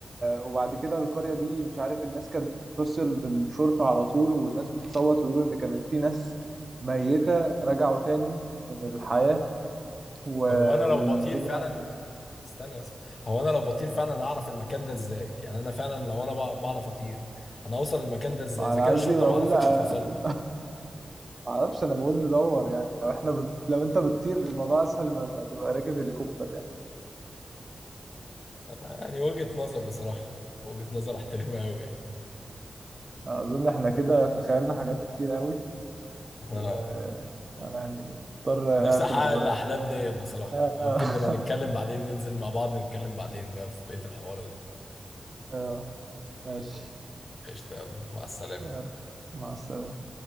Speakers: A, on the right (about 40°); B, on the left (about 50°).
A: وبعد كده القريه دي مش عارف الناس كانت بتتصل بالشرطه على طول والناس بتصوت ويقولوا ان كانت في ناس ميته رجعوا تاني من الحياه و...
B: طب هو أنا لو
A: والدنيا
B: بطير فعلا استنى بس هو أنا لو بطير فعلا هعرف المكان ده إزاي يعني أنا فعلا لو أنا بع- بعرف أطير أنا هوصل المكان ده إزاي
A: انا
B: إذا كان
A: قصدي
B: الشرطة
A: بقول
B: ما عرفتش
A: لا
B: توصل له
A: <laughs> ما اعرفش انا بقول ندور يعني لو احنا بت... لو انت بتطير الموضوع اسهل ما, ما تبقى راكب هليكوبتر يعني
B: يعني وجهة نظر بصراحة وجهة نظر أحترمها أوي يعني
A: اظن احنا كده تخيلنا حاجات كتير قوي
B: <laughs>
A: وانا يعني مضطر
B: نفسي
A: اقفل
B: احقق
A: دلوقتي
B: الاحلام ديت بصراحه
A: <laughs>
B: ممكن نبقى نتكلم بعدين ننزل مع بعض نتكلم بعدين بقى في بقيه الحوار ده
A: آه، ماشي
B: قشطه يلا مع السلامه
A: يلا مع السلامة